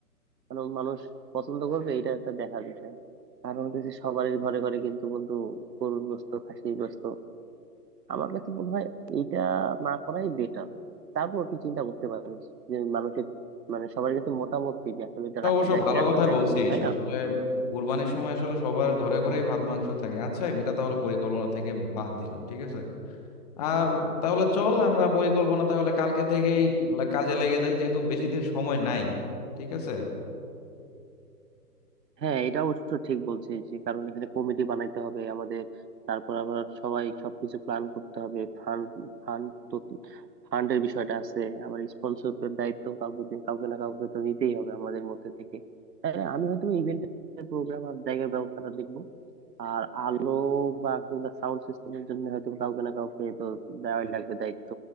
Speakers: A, on the right (about 80°); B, on the left (about 25°).
A: মানে মানুষ পছন্দ করবে এটা একটা দেখার বিষয় কারণ হচ্ছে সবারই ঘরে ঘরে কিন্তু বন্ধু গরুর গোশত খাসির গোশত আমার কাছে মনে হয় এইটা না করাই বেটার তারপর তুই চিন্তা করতে পারিস যে মানুষের মানে সবার কাছে মতামত কি যে আসলে এটা
B: এটা
A: রাখা
B: অবশ্য
A: যায়
B: এটা ভালো
A: কি রাখা
B: কথাই
A: যায়
B: বলছিস
A: না তাই না
B: আসলে কুরবানির সময় আসলে সবার ঘরে ঘরেই ভাত মাংস থাকে আচ্ছা এটা তাহলে পরিকল্পনা থেকে বাদ দিলাম ঠিক আছে আর তাহলে চল আমরা পরিকল্পনা তাহলে কালকে থেকেই লা- কাজে লেগে যাই যেহেতু বেশি দিন সময় নাই ঠিক আছে
A: হ্যাঁ এটা অবশ্য ঠিক বলছিস যে কারণ এখানে কমিটি বানাইতে হবে আমাদের তারপর আবার সবাই সবকিছু প্ল্যান করতে হবে ফান্ড ফান্ড তো ফান্ডের বিষয়টা আছে আবার স্পন্সরের দায়িত্ব কাউকে দি- কাউকে না কাউকে তো নিতেই হবে আমাদের মধ্যে থেকে হ্যাঁ আমি হয়তো ইভেন্টের প্রোগ্রাম আর জায়গার ব্যবস্থাটা দেখবো আর আলো বা কিংবা সাউন্ড সিস্টেমের জন্য হয়তো কাউকে না কাউকে তো দেওয়াই লাগবে দায়িত্ব